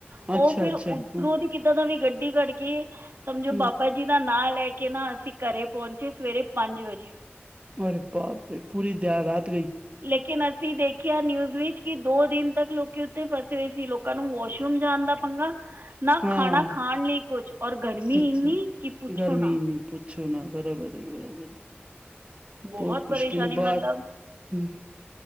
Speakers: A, on the right; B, on the right.
A: ਉਹ
B: ਅੱਛਾ
A: ਫਿਰ
B: ਅੱਛਾ
A: ਉੱਧਰੋਂ
B: ਹੂੰ
A: ਦੀ ਕਿਦਾਂ ਦਾ ਵੀ ਗੱਡੀ ਕਰਕੇ ਸਮਝੋ
B: ਹੂੰ
A: ਬਾਬਾ। ਜਿਸ ਦਾ ਨਾਂ ਲੈ ਕੇ ਨਾ ਅਸੀਂ ਘਰੇ ਪਹੁੰਚੇ ਸਵੇਰੇ ਪੰਜ ਵਜੇ।
B: ਅਰੇ ਬਾਪ ਰੇ ਪੂਰੀ ਦਰ ਰਾਤ ਗਈ।
A: ਲੇਕਿਨ ਅਸੀਂ ਦੇਖਿਆ ਨਿਊਜ਼ ਵਿੱਚ ਕਿ ਦੋ ਦਿਨ ਤੱਕ ਲੋਕੀ ਉੱਥੇ ਫਸ ਰਏ ਸੀ ਲੋਕ। ਤਾਨੂੰ ਵੋਸ਼ਰੂਮ ਜਾਣ ਦਾ ਪੰਗਾ। ਨਾ
B: ਹਾਂ
A: ਖਾਨਾ ਖਾਣ ਲਈ ਕੁਛ ਐਰ ਗਰਮੀ
B: ਸੱਚੀ
A: ਇੰਨੀ ਕਿ ਪੁੱਛੋ
B: ਗਰਮੀ
A: ਨਾ।
B: <unintelligible>
A: ਬਹੁਤ ਪਰੇਸ਼ਾਨੀ ਮਤਲਬ